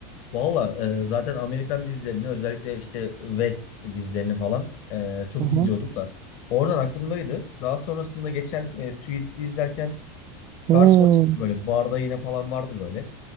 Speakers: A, on the left; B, on the right.
A: Valla e, zaten Amerikan dizilerini özellikle işte West dizilerini falan e, çok
B: Hı hı.
A: izliyordum da oradan aklımdaydı. Daha sonrasında geçen e, Suits'i izlerken Karşıma
B: Hmm.
A: çıktı böyle barda yine falan vardı böyle.